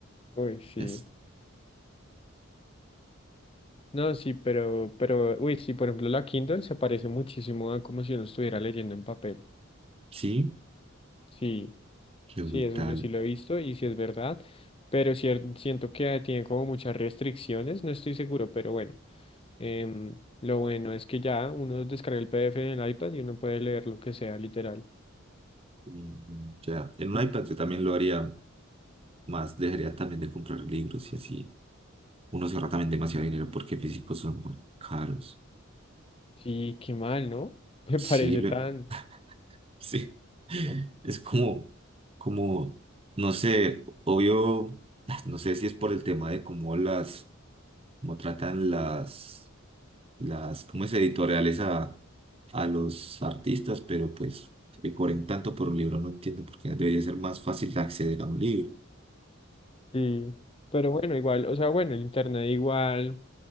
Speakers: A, on the left; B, on the right.
A: uy, sí.
B: es-
A: No, sí, pero, pero, uy, sí, por ejemplo, la Kindle se parece muchísimo a como si uno estuviera leyendo en papel.
B: sí,
A: Sí,
B: qué brutal.
A: sí, eso yo sí lo he visto y sí es verdad, pero cier- siento que tiene como muchas restricciones, no estoy seguro, pero bueno. Em, lo bueno es que ya uno descarga el PDF en el iPad y uno puede leer lo que sea, literal.
B: Mm, Ya, en un iPad yo también lo haría más, dejaría también de comprar libros y así. Uno se ahorra también demasiado
A: Sí.
B: dinero porque físicos son muy caros.
A: Sí, qué mal, ¿no? <laughs> Me
B: Sí,
A: parece
B: lo-
A: tan...
B: <laughs> sí. Es como, como, no sé, obvio, <laughs> no sé si es por el tema de cómo las, cómo tratan las, las, ¿cómo es? Editoriales a, a los artistas, pero pues que cobren tanto por un libro, no entiendo por qué debería ser más fácil de acceder a un libro.
A: Sí, Pero bueno, igual, o sea, bueno, el internet igual,